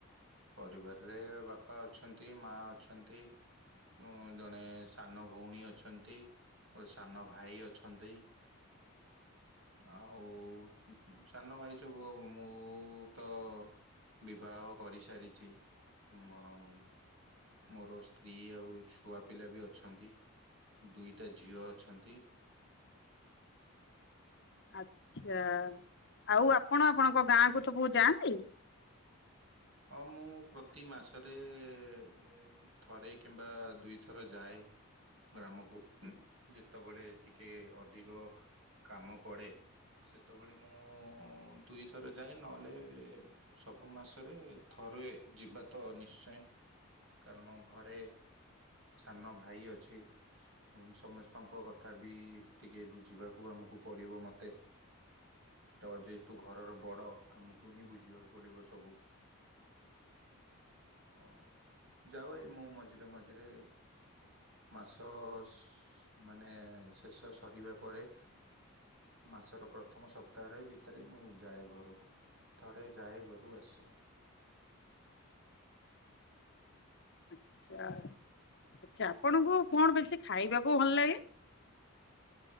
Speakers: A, on the right; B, on the left.
A: ପରିବାରରେ ବାପା ଅଛନ୍ତି ମା ଅଛନ୍ତି। ଉଁ ଜଣେ ସାନ ଭଉଣୀ ଅଛନ୍ତି ଓ ସାନ ଭାଇ ଅଛନ୍ତି। ଆଉ ସାନ ଭାଇ ସବୁ ଆଉ ମୁଁ ତ ବିବାହ କରିସାରିଛି ହୁଁ ମାଉଁ ମୋର ସ୍ତ୍ରୀ ଆଉ ଛୁଆ ପିଲା ବି ଅଛନ୍ତି। ଦୁଇଟା ଝିଅ ଅଛନ୍ତି।
B: ଆଚ୍ଛା ଆଉ ଆପଣ ଆପଣଙ୍କ ଗାଁ କୁ ସବୁ ଯାଆନ୍ତି?
A: ହଁ ମୁଁ ପ୍ରତି ମାସରେ ହେ ଥରେ କିମ୍ବା ଦୁଇଥର ଯାଏ। ଗ୍ରାମକୁ ଯେତେବେଳେ ଟିକେ ଅଧିକ କାମ ପଡ଼େ ସେତେବେଳେ ମୁଁ ଦୁଇଥର ଯାଏ ନହେଲେ ସବୁ ମାସରେ ଥରେ ଯିବା ତ ନିଶ୍ଚୟ। କାରଣ ଘରେ ସାନ ଭାଇ ଅଛି। <unintelligible> ସମସ୍ତଙ୍କ କଥା ବି ଟିକେ ବୁଝିବାକୁ ଆମକୁ ପଡ଼ିବ ମତେ। ତ ଯେହେତୁ ଘରର ବଡ଼ ଆମକୁ ହିଁ ବୁଝିବାକୁ ପଡ଼ିବ ସବୁ। ହଁ ଯାଉ ଏଇ ମୁଁ ମଝିରେ ମଝିରେ। ମାସ ସ୍ ମାନେ ଶେଷ ସରିବା ପରେ। ମାସର ପ୍ରଥମ ସପ୍ତାହରେ ଭିତରେ ହି ମୁଁ ଯାଏ ଘରକୁ। ଥରେ ଯାଏ ଘରକୁ ଆସେ ଆଉ।
B: ଆଚ୍ଛା ଆଚ୍ଛା ଆପଣଙ୍କୁ କଣ ବେଶୀ ଖାଇବାକୁ ଭଲ ଲାଗେ?